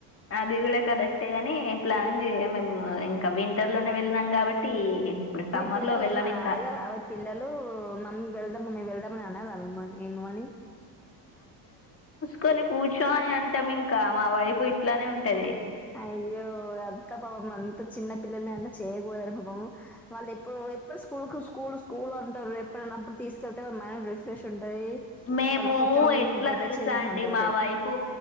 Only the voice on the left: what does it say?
అది కూడా కరెక్ట్ గాని ప్లాన్ చేయం మేము ఇం ఇంకా వింటర్ లోనే వెళ్ళనాం కాబట్టి ఇప్పుడు సమ్మర్
లో వెళ్ళాం
ఇంకా
కొని కూర్చోని అంటం ఇంకా మా వైపు ఇట్లనే ఉంటది
మేము
ఎట్ల
తెలుసా
అండి
మా వైపు